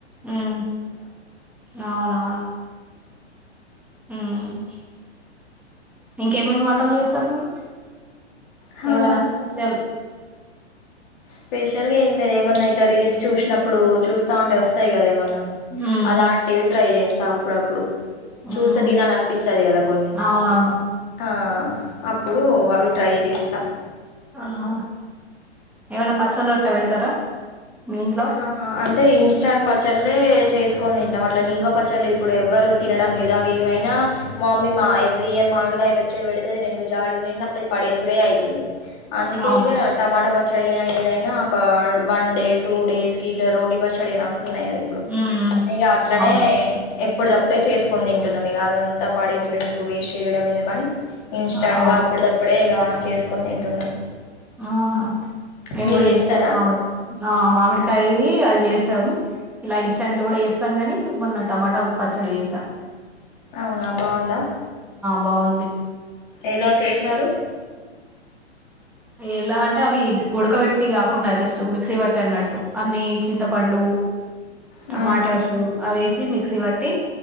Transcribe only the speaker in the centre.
మ్మ్ అవున మ్మ్ ఇంకేమేం వంటలు చే సర్ మీరు
ఏవనా స్పెషల్
ఉమ్.
ఉమ్.
అవునవును
ఆహౌ ఏమైనా పచ్చళ్ళు అట్లా పెడతారా మీ ఇంట్లో
అవునా
ఉమ్. ఉమ్.
అవును
ఆ,
అవును
ఆ మేం
కూడా
మామిడి ఆ మామిడి కై అది చేసాం ఇలా ఇన్స్టాంట్ లో కూడా చేస్తాం గాని మొన్న టమాటా పచ్చడి వేసాం
బాగుంది
ఎలా అంటే అవి ఉడకబెట్టి కాకుండా జస్ట్ మిక్సీ పట్టి అన్నట్టు అన్ని చింతపండు
టమాటసు అవేసి మిక్సీ పట్ ట్టి